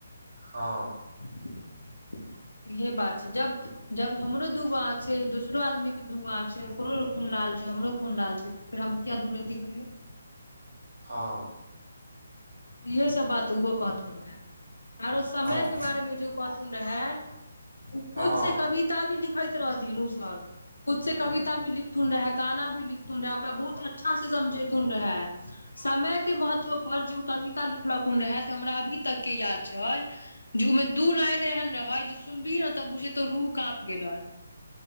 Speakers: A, on the right; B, on the left.
A: हँ।
B: <inaudible> इहे बात छै, जब जब हमरो दूगो आँख छै, दोसरो आदमी के दूगो आँख छै, ओकरो खून लाल छै, हमरो खुन लाल छै त फेर हम किया दूनेती करियौ।
A: हं।
B: इहे सब बात उहो कहथुन रहे, आरो समय
A: हँ
B: के बारे मे जे कहथुन रहे ओ खुद
A: हँ
B: से कविता भी लिखैत रहथिन उ सर। खुद से कविता भी लिखथून रहै गाना भी लिख रहे ओकरा बहुत अच्छा से समझेैतुन रहे, समय के महत्व पर ज ऊ कविता लिखलखुन रहे से हमरा अभी तक के याद छै जे उ मे दू लाइन एहन रहेै जे सुनबही ने तब बुझेतो रूह काँप गेलै।